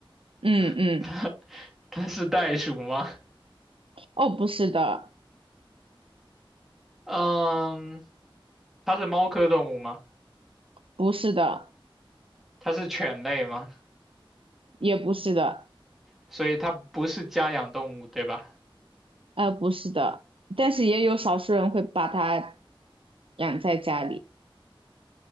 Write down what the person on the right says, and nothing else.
嗯嗯，
哦，不是的。
不是的，
也不是的，
呃，不是的，但是也有少数人会把它养在家里，